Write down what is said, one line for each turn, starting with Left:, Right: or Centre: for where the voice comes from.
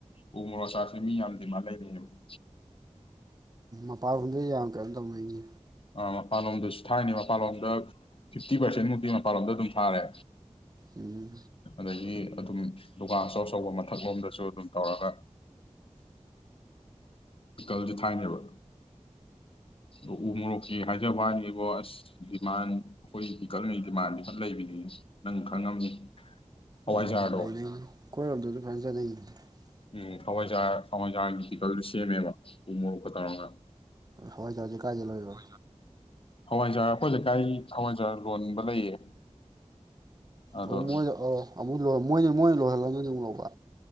Left: ꯎ ꯃꯣꯔꯣꯛ ꯑꯆꯔ ꯁꯤ ꯃꯤ ꯌꯥꯝ ꯗꯤꯃꯥꯟ ꯂꯩꯕꯅꯦꯕꯥ <inaudible>
Right: ꯃꯄꯥꯟꯗ ꯌꯥꯝ ꯀꯩꯅꯑꯣꯝ ꯇꯧꯅꯩ
Left: ꯑ ꯃꯄꯥꯟꯂꯣꯝꯗꯁꯨ ꯊꯥꯏꯅꯤ ꯃꯄꯥꯟꯂꯣꯝꯗ ꯐꯤꯐꯇꯤ ꯄꯥꯔꯁꯦꯟꯃꯨꯛꯇꯤ ꯃꯄꯥꯟꯂꯣꯝꯗ ꯑꯗꯨꯝ ꯊꯥꯔꯦ
Right: ꯎꯝ
Left: ꯑꯗꯒꯤ ꯑꯗꯨꯝ ꯗꯨꯀꯥꯟ ꯑꯆꯧ ꯑꯆꯧꯕ ꯃꯊꯛꯂꯣꯝꯗꯁꯨ ꯑꯗꯨꯝ ꯇꯧꯔꯒ ꯄꯤꯀꯜꯁꯦ ꯊꯥꯏꯅꯦꯕ ꯑꯣ ꯎ ꯃꯣꯔꯣꯛ ꯑꯣ ꯍꯥꯏꯖꯕ ꯍꯥꯏꯅꯤꯕꯣ ꯑꯁ ꯗꯤꯃꯥꯟ ꯑꯩꯈꯣꯏ ꯄꯤꯀꯠꯂꯤꯉꯩ ꯗꯤꯃꯥꯟꯗꯤ ꯈ ꯂꯩꯕꯅꯤ ꯅꯪ ꯈꯪꯉꯝꯅꯤ ꯍꯋꯥꯖꯥꯗꯣ
Right: ꯎꯝ ꯂꯩꯅꯩꯅꯦ <inaudible>
Left: ꯎꯝ ꯍꯋꯥꯏꯖꯥꯔ ꯍꯋꯥꯏꯖꯥꯔꯒꯤ ꯄꯤꯀꯜ ꯁꯦꯝꯃꯦꯕ ꯎ ꯃꯣꯔꯣꯛ ꯈ ꯇꯧꯔꯒ
Right: ꯍꯋꯥꯏꯖꯔꯁꯦ ꯀꯥꯏꯗꯩꯩ ꯂꯧꯔꯤꯕꯥ
Left: ꯍꯋꯥꯏꯖꯥꯔꯥ ꯑꯩꯈꯣꯏ ꯂꯩꯀꯥꯏ ꯍꯋꯥꯏꯖꯥꯔ ꯂꯣꯟꯕ ꯂꯩꯌꯦ ꯑꯗꯣ
Right: ꯑꯣ ꯃꯣꯏꯗ ꯑꯧ ꯑꯃꯨꯛ ꯂꯣꯏ ꯃꯣꯏ ꯃꯣꯏ ꯂꯣꯏꯍꯜꯂꯅꯤ ꯑꯗꯨꯝ ꯂꯧꯕ